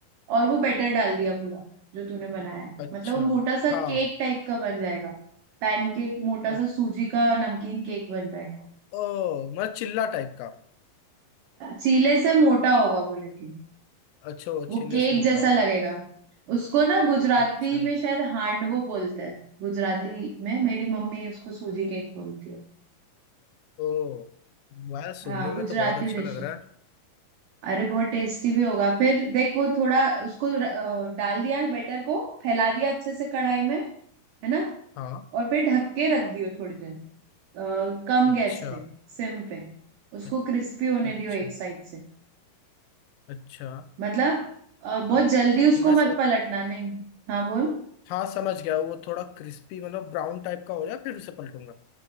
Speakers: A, on the right (about 75°); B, on the left (about 80°).
A: और वो बैटर डाल दिया पूरा जो तूने बनाया है
B: अच्छा
A: मतलब वो मोटा सा
B: हाँ
A: केक टाइप का बन जाएगा पैनकेक मोटा
B: अ-
A: सा सूजी का नमकीन केक बन जाएगा
B: ओ मतलब चिल्ला टाइप का
A: चीले से मोटा होगा वो लेकिन
B: अच्छा वो
A: वो
B: चिल्ले
A: केक
B: से मोटा
A: जैसा
B: होगा
A: लगेगा उसको ना गुजराती
B: अच्छा
A: में शायद हांडवो बोलते हैं गुजराती में मेरी मम्मी उसको सूजी केक बोलती है
B: ओ वाह सुनने
A: हाँ
B: में
A: गुजराती
B: तो बहुत अच्छा
A: डिश
B: लग रहा
A: है
B: है
A: अरे बहुत टेस्टी भी होगा फिर देख वो थोड़ा उसको र- अ, डाल दिया बैटर को फैला दिया अच्छे से कढ़ाई में है ना
B: हाँ
A: और फिर ढक के रख दियो थोड़ी देर अ, कम
B: अच्छा
A: गैस पे सिम पे उसको
B: अ-
A: क्रिस्पी होने
B: अच्छा
A: दियो एक साइड से
B: अच्छा
A: मतलब अ, बहुत
B: अब
A: जल्दी उसको
B: मैं
A: मत पलटना नहीं हाँ बोल
B: हाँ समझ गया वो थोड़ा क्रिस्पी मतलब ब्राउन टाइप का हो जाए फिर उसे पलटूंगा